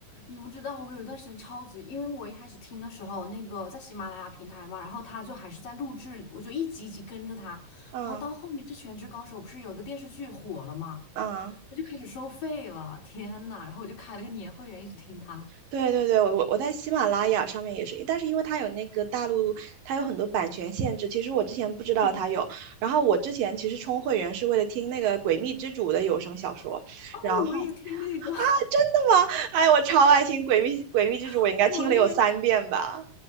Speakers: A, on the left; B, on the right.
A: 你不知道，我有一段时间超级，因为我一开始听的时候，那个在喜马拉雅平台嘛，然后他就还是在录制，我就一集一集跟着他，
B: 嗯
A: 然后到后面这《全职高手》不是有一个电视剧火了嘛，
B: 嗯。
A: 他就开始收费了，天呐，然后我就开了个年会员，一直听他。
B: 对对对，我我我在喜马拉雅上面也是，但是因为它有那个大陆，它有很多版权限制。其实我之前不知道它有，
A: 嗯
B: 然后我之前其实充会员是为了听那个《诡秘之主》的有声小说，
A: 哦，
B: 然后
A: 我也听那个，
B: 啊，真的吗？哎，我超爱听《诡秘诡秘之主》，
A: <laughs>
B: 我应该听了有三遍吧？
A: 我也。